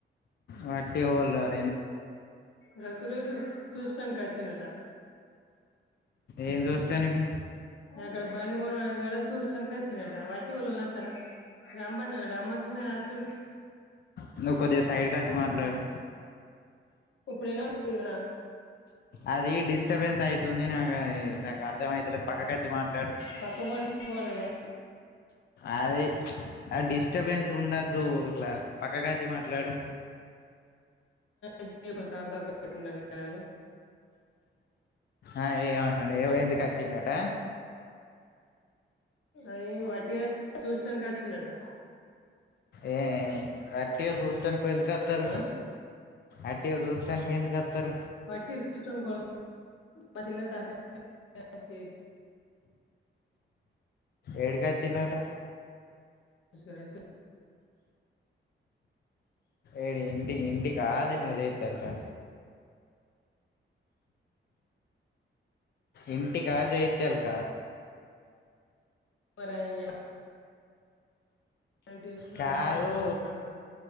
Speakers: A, on the left; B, on the left.
A: వట్టిగా ఒళరారు
B: గా సురే గాని చస్న్ట నికి అంట న
A: ఏం చూస్తానికి
B: దగ్గర బండి కూడా చూసడానికి వచిలట వ అవలేన్న అతురా రమ రమ్మంటె కదా అచ్చుడు
A: ననువ్వు కొద్దిగా సైడ్కి వచ్చి మాట్లాడు
B: ఇప్పుడు ఇనావాడుతుందా
A: అది డిస్టర్బెన్స్ ఐతుంది నాక ది సక్కగా అర్ధంఅయితలే పక్కకు అచ్చి మాట్లాడు
B: పకు పండి పోనెలే
A: అది ఆ డిస్టర్బెన్స్ ఉండద్దు ఇట్లా పక్క కాచ్చి మాట్లాడు
B: ఇదే ప్రశాంతన్నారు
A: ఆ ఏమనండు ఏ ఎందుకు వచ్చిండట
B: ఎ వాటిగా చూసానికినికి వచ్చిండట
A: ఏ వాటిగా చూస్తానికి ఎందుకు అస్తరు
B: ఆ
A: అటిగా చూస్తానికి ఎందుకు అస్తారు
B: వటిగా చూతానికి ఎవలు అ మా చిన్న తత చే
A: ఏడికి వచ్చిడట
B: స సే సార్
A: ఏడి ఇంటి ఇంటి కా దేనికక్కా ఇంటిక జగితలక
B: ప ర యి ఎవరైతే చేసుకున్నా
A: కాదు
B: నేనే మాట్లాడుకున్నా అంటు